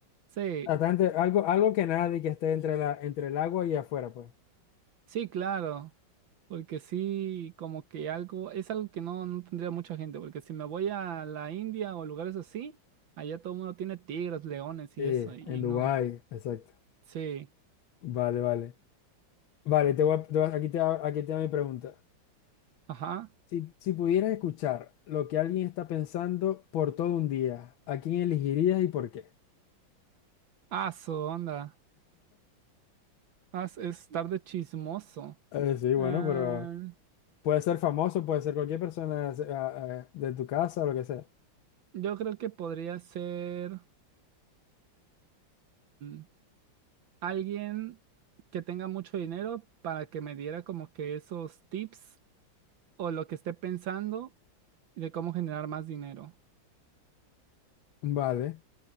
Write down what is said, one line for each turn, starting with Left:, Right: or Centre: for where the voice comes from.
Right: Sí,
Left: Bastante- algo, algo que nadie que esté entre la, entre el agua y afuera, pues.
Right: sí, claro. Porque sí, como que algo, es algo que no, no tendría mucha gente, porque si me voy a la India o lugares así, allá todo el mundo tiene tigres, leones y
Left: Sí,
Right: eso, y
Left: en Dubái,
Right: no.
Left: exacto.
Right: Sí,
Left: Vale, vale. Vale, te voy a- te voy a- aquí te, va- aquí te va mi pregunta.
Right: ajá.
Left: Si, si pudieras escuchar lo que alguien está pensando por todo un día, ¿a quién elegirías y por qué?
Right: Ah, su onda. Ah, es es estar de chismoso.
Left: Eh, sí, bueno,
Right: Ah,
Left: pero puede ser famoso, puede ser cualquier persona se- a- de tu casa o lo que sea.
Right: yo creo que podría ser mm, alguien que tenga mucho dinero para que me diera como que esos tips o lo que esté pensando de cómo generar más dinero.
Left: Vale,